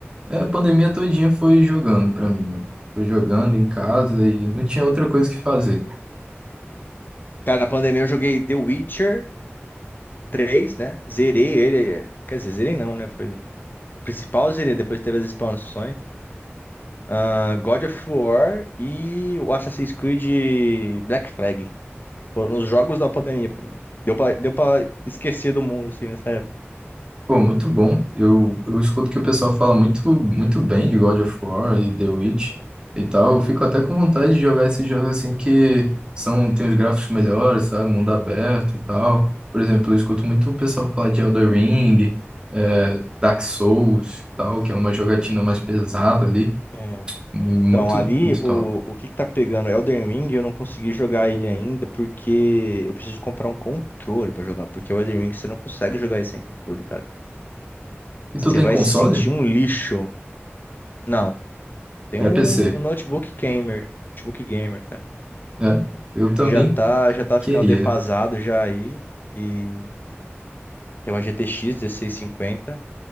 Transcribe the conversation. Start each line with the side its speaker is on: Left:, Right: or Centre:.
Right: é, A pandemia todinha foi jogando pra mim, né? Foi jogando em casa e não tinha outra coisa que fazer.
Left: Cara, na pandemia eu joguei The Witcher três, né? Zerei ele. é. Quer dizer, zerei não, né? Foi o principal, zerei. Depois teve as expansões. Ah, God of War e o Assassin's Creed Black Flag. Foram os jogos da pandemia pra mim. Deu pra, deu pra esquecer do mundo, assim, nessa época.
Right: Pô, muito bom. Eu, eu escuto que o pessoal fala muito, muito bem de God of War e The Witch e tal. Eu fico até com vontade de jogar esses jogos assim que são, tem os gráficos melhores, sabe? Mundo aberto e tal. Por exemplo, eu escuto muito o pessoal falar de Elden Ring, é Dark Souls e tal, que é uma jogatina mais pesada ali.
Left: É.
Right: Muito,
Left: Então, ali,
Right: muito
Left: o,
Right: top.
Left: o que que tá pegando? Elden Ring, eu não consegui jogar ele ainda porque eu preciso comprar um controle pra jogar. Porque o Elden Ring, você não consegue jogar ele sem controle, cara.
Right: E
Left: Você
Right: tu tem
Left: vai
Right: console?
Left: se sentir um lixo. Não, tem
Right: É
Left: um,
Right: PC,
Left: um notebook gamer. Notebook gamer, cara.
Right: né? Eu também
Left: Já tá, já tá
Right: queria.
Left: ficando defasado já aí. E tem uma GTX cinquenta